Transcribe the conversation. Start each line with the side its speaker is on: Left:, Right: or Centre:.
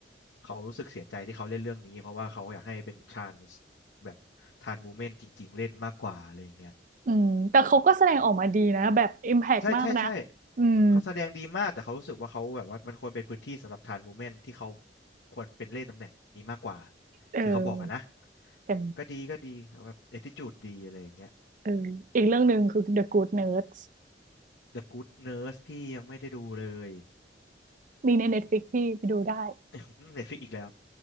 Left: เขารู้สึกเสียใจที่เขาเล่นเรื่องนี้เพราะว่าเขาอยากให้เป็นทรานส์แบบทรานส์วูแมนจริงๆเล่นมากกว่าอะไรอย่างเงี้ย
Right: อืมแต่เขาก็แสดงออกมาดีนะแบบอิมแพกมากนะ
Left: อืม ใช่ใช่ใช่
Right: อืม
Left: เขาแสดงดีมากแต่เขารู้สึกว่าเขาแบบว่ามันควรเป็นพื้นที่สำหรับทรานส์มูฟเมนต์ที่เขาควรเป็นเล่นตำแหน่งนี้มากกว่า
Right: เออ
Left: ที่เขาบอกอะนนะ
Right: แต่
Left: อืมก็ดีก็ดีแบบแอทิจูดดีอะไรอย่างเงี้ย
Right: เอออีกเรื่องหนึ่งคือ The Good Nerds
Left: The Good Nurse พี่ยังไม่ได้ดูเลย
Right: มีใน Netflix ที่ไปดูได้
Left: <laughs> Netflix อีกแล้ว